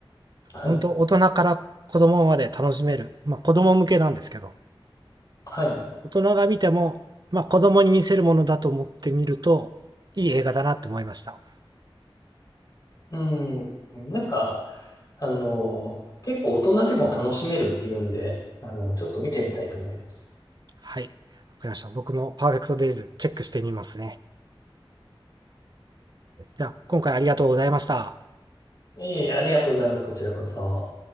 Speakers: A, on the left; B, on the right.
A: はい。
B: 本当大人から子供まで楽しめる。まあ子供向けなんですけど、
A: はい。
B: 大人が見ても、まあ子供に見せるものだと思ってみると、いい映画だなって思いました。
A: うん。なんか、あの、結構大人でも楽しめるっていうんで、あの、ちょっと見てみたいと思います。
B: はい。わかりました。僕もパーフェクトデイズチェックしてみますね。では、今回ありがとうございました。
A: いえいえ、ありがとうございます。こちらこそ。